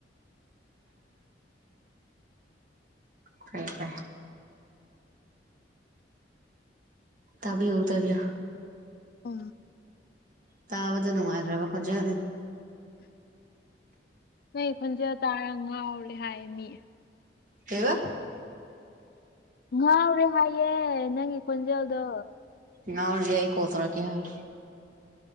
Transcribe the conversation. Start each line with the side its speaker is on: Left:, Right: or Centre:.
Right: ꯐꯩ ꯐꯩ ꯇꯕꯤꯌꯨ ꯇꯕꯤ ꯌꯨ
Left: ꯑ
Right: ꯇꯥꯕꯗ ꯅꯨꯡꯉꯥꯏꯈ꯭ꯔꯕ ꯈꯣꯟꯖꯦꯜꯅꯤ
Left: ꯅꯣꯏ ꯈꯣꯟꯖꯦꯜ ꯇꯥꯔ ꯉꯥꯎꯔꯦ ꯍꯥꯏ ꯃꯤ
Right: ꯀꯩꯕ
Left: ꯉꯥꯎꯔꯦ ꯍꯥꯏꯌꯦ ꯅꯪꯒꯤ ꯈꯣꯟꯖꯦꯜꯗꯣ
Right: ꯔ ꯌꯥꯏ ꯀꯣꯜ ꯇꯧꯔꯛꯀꯦ ꯍꯥꯏ